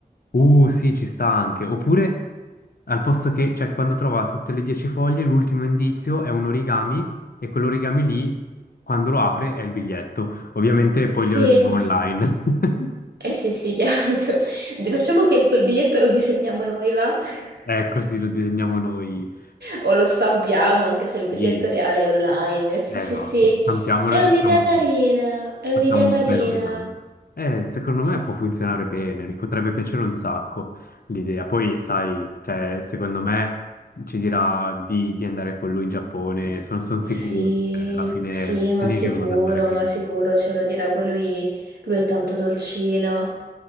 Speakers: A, on the left; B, on the right.
A: Uh, sì, ci sta anche. Oppure, al posto che, cioè, quando trova tutte le 10 foglie, l'ultimo indizio è un origami e quell'origami lì, quando lo apre, è il biglietto. Ovviamente poi
B: Sì,
A: glielo diamo online. <laughs>
B: eh sì, sì, chiaro, <laughs> insomma. Facciamo che quel biglietto lo disegniamo noi, va? <laughs>
A: È così, lo disegniamo noi.
B: O lo stampiamo, anche se il biglietto
A: Sì,
B: reale è online. Sì,
A: eh,
B: sì,
A: Esatto,
B: sì.
A: stampiamolo
B: È
A: e
B: un'idea
A: facciamo su.
B: carina, è un'idea
A: Facciamo
B: carina.
A: un bello regalo. Eh, secondo
B: Quindi...
A: me può funzionare bene, gli potrebbe piacere un sacco l'idea. Poi, sai, cioè, secondo me ci dirà di, di andare con lui in Giappone, sono sicuro,
B: Sì,
A: cioè, alla fine
B: sì, ma
A: finiremo
B: sicuro,
A: ad andare con
B: ma
A: lui.
B: sicuro ce lo dirà, poi lui, lui è tanto dolcino.